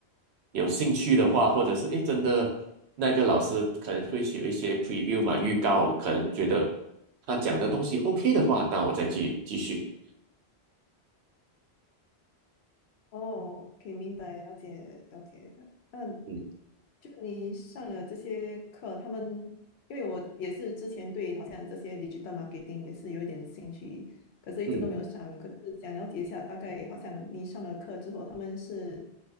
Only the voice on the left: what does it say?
哦，可以明白了解了解。那
就你上了这些课，他们因为我也是之前对好像这些 digital marketing 也是有一点兴趣，可是一直都没有上。
可是想了解一下，大概好像你上了课之后，他们是